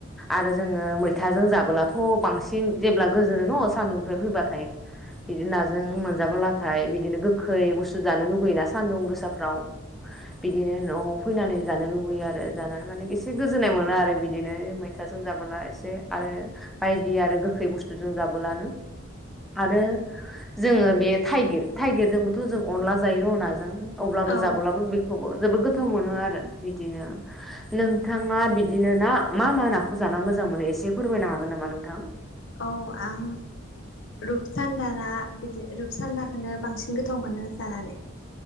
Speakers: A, in the centre; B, on the left.
A: आरो जोङो मैथाजों जाबोलाथ' बां बांसिन जेब्ला गोजोनो नङ सान्दुंनिफ्राय फैबाथाय बिदि नाजों मोनजाबोलाथाय बिदिनो गोखै बुस्थु जानो लुुबैयोना सानदुं गोसाफ्राव बिदिनो न' फैनानै जानो लुबैयो आरो जानानै माने एसे गोजोननाय मोनो आरो बिदिनो मैथाजों जाबोला एसे आ बायदि आरो गोखै बुस्थु जों जाबोलानो आरो जोङो बे थाइगिर थाइगिरजोंबोथ' जों अनला जायो र' नाजों अब्लाबो
B: औ
A: जाबोलाबो बेखौबो जोबोद गोथाव मोनो आरो बिदिनो नोंथाङा बिदिनो ना मा मा नाखौ जाना मोजां मोनो एसे फोरमायनो हागोन नामा नोंथां?
B: औ आं रुपचान्दा ना बिदि रुपसान्दाखौनो बांसि गोथाव मोनो जानानै।